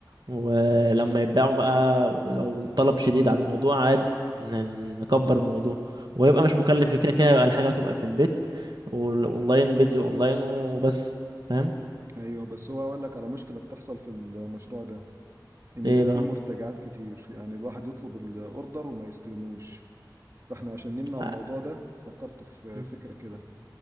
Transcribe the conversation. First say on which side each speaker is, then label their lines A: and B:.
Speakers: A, on the right (about 70°); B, on the right (about 40°).
A: ولما يتباعوا بقى ولو الطلب شديد على الموضوع عادي ن- نكبر الموضوع ويبقى
B: أيوه.
A: مش مكلف كده كده يبقى الحاجة هتبقى في البيت والاونلاين بيج اونلاين وبس فاهم
B: ايوه بس هو اقول لك على مشكله بتحصل في المشروع ده ان
A: ايه
B: بيبقى
A: بقى
B: فيه مرتجعات كتير يعني الواحد يطلب الاوردر وما يستلموش فاحنا عشان نمنع
A: آه.
B: الموضوع ده فكرت في
A: م.
B: فكره كده